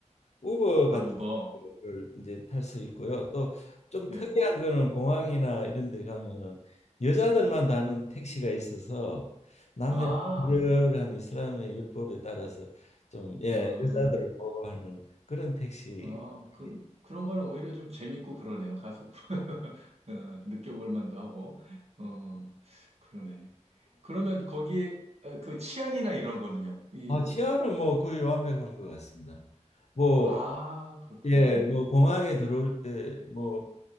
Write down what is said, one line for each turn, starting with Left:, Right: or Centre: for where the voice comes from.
Left: 우버
Right: 아,
Left: 같은
Right: 우버.
Left: 거를 이제 탈 수 있고요. 또 좀
Right: 네.
Left: 특이한 거는 공항이나 이런 데 가면은 여자들만 타는 택시가 있어서 남녀
Right: 아,
Left: 불결한 이슬람의 율법에 따라서 좀 예,
Right: 아,
Left: 여자들을 보호하는 그런 택시
Right: 아, 그,
Left: 그리고
Right: 그런 거는 오히려 좀 재밌고 그러네요. 가서, <laughs> 어, 느껴볼 만도 하고. 어, 그러네. 그러면 거기에, 어, 그 치안이나 이런 거는요? 이,
Left: 아, 치아는 뭐 거의 완벽한 것 같습니다. 뭐,
Right: 아, 그렇구나.
Left: 예, 뭐 공항에 들어올 때 뭐